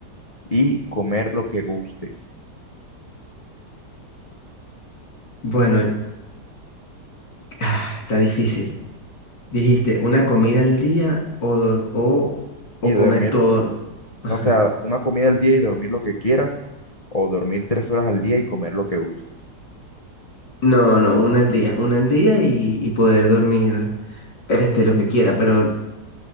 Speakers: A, on the left; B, on the left.
A: y comer lo que gustes?
B: bueno, ah, está difícil. Dijiste, una comida al día o, dor- o, o
A: Y dormir,
B: comer todo. lo- Ajá.
A: o sea, una comida al día y dormir lo que quieras, o dormir tres horas al día y comer lo que gustes.
B: No, no, una al día, una al día y, y poder dormir este, lo que quiera, pero,